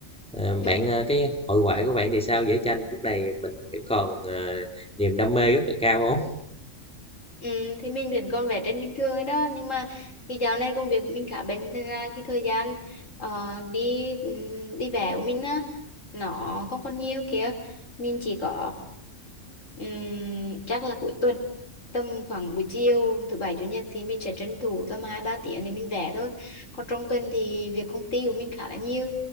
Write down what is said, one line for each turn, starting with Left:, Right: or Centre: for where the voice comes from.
Centre: Ờ,
Left: ừ.
Centre: bạn ờ, cái hội họa của bạn thì sao? Vẽ tranh lúc này mình vẫn còn ờ, niềm đam mê rất là cao không?
Left: Ừ, thì mình vẫn còn vẽ tranh bình thường ấy đó nhưng mà cái dạo này công việc của mình khá bận thế ra cái thời gian ờ, đi ừm, đi vẽ của mình á nó không còn nhiều kìa mình chỉ có ừm, chắc là cuối tuần tầm khoảng buổi chiều thứ bảy chủ nhật thì mình sẽ tranh thủ tầm hai ba tiếng để mình vẽ thôi còn trong tuần thì việc công ty của mình khá là nhiều